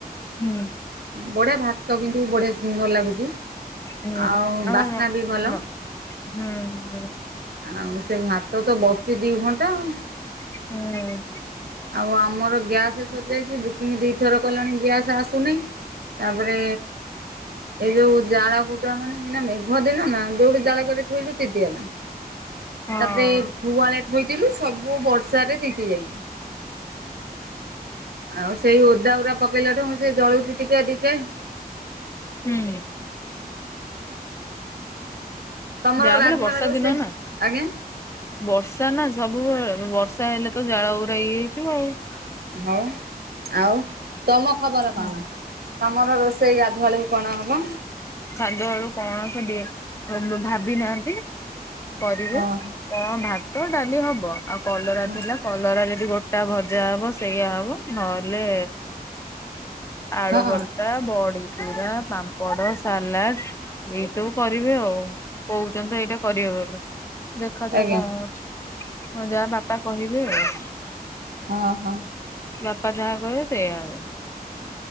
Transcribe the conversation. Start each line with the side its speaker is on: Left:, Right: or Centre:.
Left: ହୁଁ
Right: ବଢିଆ ଭାତ ତ କିନ୍ତୁ ବଢିଆ ସୁନ୍ଦର ଲାଗୁଚି।
Left: ହୁଁ
Right: ଆଉ
Left: ଆମ
Right: ବାସ୍ନା ବି ଭଲ।
Left: ହୁଁ ହୁଁ ହୁଁ
Right: ଆଉ ସେ ଭାତ ତ ବସିଛି ଦିଇ ଘଣ୍ଟା ଆଉ।
Left: ହୁଁ।
Right: ଆଉ ଆମର ଗ୍ୟାସ୍ ସରିଯାଇଛି ବୁକିଂ ଦିଇଥର କଲାଣି ଗ୍ୟାସ୍ ଆସୁନି। ତାପରେ ଏଇ ଯୋଉ ଜାଳ କୁ ମାନେ ମେଘ ଦିନ ନା ଯୋଉଠି ଜାଳ କେରେ ଥୋଇଲୁ ତିନ୍ତୀ ଗଲା ତାପରେ
Left: ହଁ। ହୁଁ
Right: ଗୁହଳେ ଥୋଇଥିଲୁ ସବୁ ବର୍ଷରେ ତିନ୍ତୀ ଯାଇଛି। ଆଉ ସେଇ ଓଦା ଗୁରା ପକେଇଲାଠୁ ସେ ଜଳୁଚଛି ଟିକେ ଟିକେ।
Left: ହୁଁ।
Right: ତମର
Left: ଯାହାବି
Right: ଗାଧୁଆଳ
Left: ହେଲେ ବର୍ଷା
Right: ରୋଷେଇ
Left: ଦିନ ନା।
Right: ଆଜ୍ଞା।
Left: ବର୍ଷା ନା ସବୁବେଳେ ବର୍ଷା ହେଲେ ତ ଜାଳ ଗୁରା ଇଏ ହେଇଜିବ ଆଉ।
Right: ହୋଉ ଆଉ ତମ ଖବର
Left: ହୁଁ
Right: କଣ ତମର ରୋଷେଇ ଗାଧୁଆଳକୁ କଣ ହବ?
Left: ଗାଧୁଆବେଳୁ କଣ ତେବେ ଭା ଭାବି ନାହାନ୍ତି କରିବା
Right: ଓହୋ
Left: କଣ ଭାତ ଡାଲି ହବ ଆଉ କଲରା
Right: ହଁ
Left: ଥିଲା କଲରା ଯଦି ଗୋଟେ ଟା ଭଜା ହବ ସେଇଆାଆ ହବ ନହେଲେ ଆଳୁ
Right: ହଁ
Left: ବର୍ ବଡ଼ିଚୁରା ପାମ୍ପଡ଼ ସାଲାଡ ଏଇ ସବୁ କରିବେ ଆଉ। କୋହୁଚନ୍ତି ତ ଏଇଟା କରିବା ବୋଲି। ଦେଖ ଯାଉ
Right: ଆଜ୍ଞା
Left: କଣ ହୋଉଚି ଯାହା ବାପା କହିବେ ଆଉ।
Right: ଓଁ ହୋ।
Left: ବାପା ଯାହା କହିବେ ସେଇୟଆ ହବ।